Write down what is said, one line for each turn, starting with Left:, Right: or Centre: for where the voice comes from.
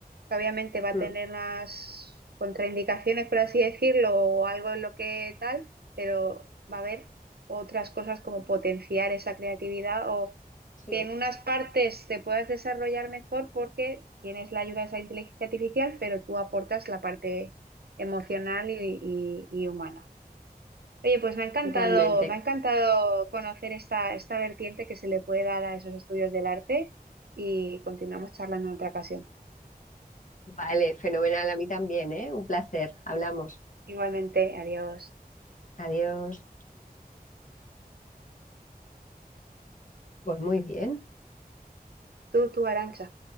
Right: que obviamente va a
Left: Mm,
Right: tener unas contraindicaciones, por así decirlo, o algo en lo que tal, pero va a haber otras cosas como potenciar esa creatividad o
Left: sí,
Right: que en unas partes te puedas desarrollar mejor porque tienes la ayuda de esa inteligencia artificial, pero tú aportas la parte emocional y, y- y humana. Oye, pues me ha encantado,
Left: totalmente.
Right: me ha encantado conocer esta, esta vertiente que se le puede dar a esos estudios del arte y continuamos charlando en otra ocasión.
Left: Vale, fenomenal, a mí también, ¿eh? Un placer. Hablamos.
Right: Igualmente, adiós.
Left: Adiós. Pues muy bien.
Right: Tú, tú, Arancha.